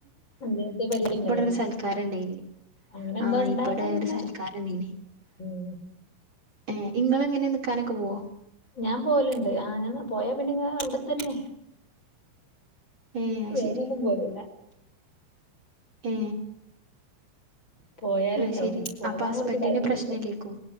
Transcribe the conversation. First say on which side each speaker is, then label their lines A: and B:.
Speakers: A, on the left; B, on the right.
A: എന്തേ പരിപാടി ഉണ്ടായോ
B: ഇവിടെ ഒരു സൽക്കാരം ഉണ്ടായിന്
A: അങ്ങനെ എന്തോ
B: ആഹ
A: ഉണ്ടായാ
B: ഇപ്പടെ
A: പിന്നെ
B: ഒരു സൽക്കാരണ്ടഴിനി
A: ഉം
B: ഏ ഇങ്ങളെ എങ്ങനെ നിക്കാനൊക്കെ പോവ
A: ഞാൻ പോലുണ്ട് ആ ഞാൻ പോയാ പിന്നെ അവിടെത്തന്നെ
B: ഏ അത്
A: വേഗന്നും
B: ശരി
A: പോരൂല
B: ഏ
A: പോയാല്
B: അത്
A: ട്ടോ
B: ശെരി
A: പോവാൻ
B: അപ്പൊ ഹസ്ബൻഡിന്
A: കുറച്ച് ടൈമടുക്കും
B: പ്രശ്നല്ലേക്കും